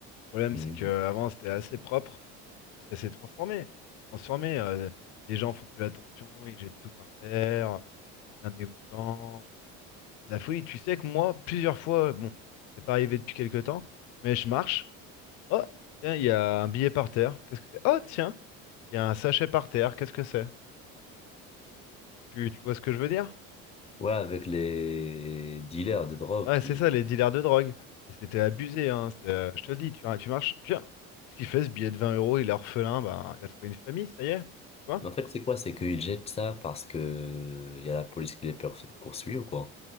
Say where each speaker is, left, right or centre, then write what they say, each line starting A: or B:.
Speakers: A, on the left; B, on the left.
A: Le problème,
B: Mhm.
A: c'est que avant c'était assez propre. Puis ça s'est transformé. ça s'est transformé. euh, les gens font plus attention, ils jettent tout par terre, ça devient dégoûtant. Enfin, la folie, tu sais que moi, plusieurs fois, bon, c'est pas arrivé depuis quelque temps, mais je marche. Oh, tiens, il y a un billet par terre. Qu'est-ce que c'est? Oh, tiens, il y a un sachet par terre. Qu'est-ce que c'est? Tu, tu vois ce que je veux dire?
B: Ouais, avec les dealers de drogue
A: Ouais,
B: qui...
A: c'est ça, les dealers de drogue. Et c'était abusé, hein. c'est, euh, je te le dis, tu, tu marches, tiens, qu'est-ce qu'il fait ce billet de 20 euros? Il est orphelin, bah, il a trouvé une famille, ça y est. Tu vois
B: Mais en fait, c'est quoi? C'est qu'ils jettent ça parce que euh, il y a la police qui les pers- poursuit ou quoi?